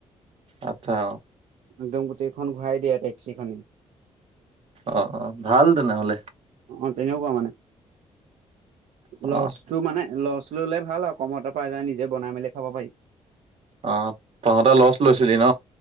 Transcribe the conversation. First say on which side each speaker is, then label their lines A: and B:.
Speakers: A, on the right; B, on the right.
A: আত্ছা।
B: একদম গোটেইখন ঘূৰাই দিয়া টক্সি খনে।
A: অ অ ভাল তেনেহলে।
B: অ তেনেকুৱা মানে। লছটো
A: অ
B: মানে লছ। ললে ভাল আৰু কমতৰ পৰা যজাই নিজে বনাই মেলি খাব পাৰি।
A: অ তহঁতে লচ লৈছিলি ন।